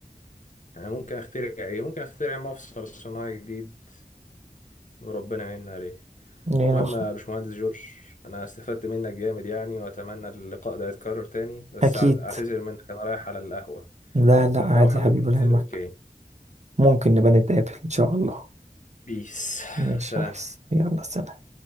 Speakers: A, on the left; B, on the right.
A: يعني ممكن اخترع ايه ممكن اخترع مفصل صناعي جديد وربنا يعيننا عليه
B: يعني
A: مهم يا باشمهندس جورج انا استفدت منك جامد يعني واتمنى اللقاء ده يتكرر تاني بس
B: أكيد
A: أع- اعتذر منك انا رايح على القهوة
B: لا لا عادي
A: لو حابب
B: يا حبيبي ولا
A: ننزل
B: يهمك
A: اوكي
B: ممكن نبقى نتقابل إن شاء الله
A: بيس
B: ماشي
A: سلام
B: يا ريس يلا سلام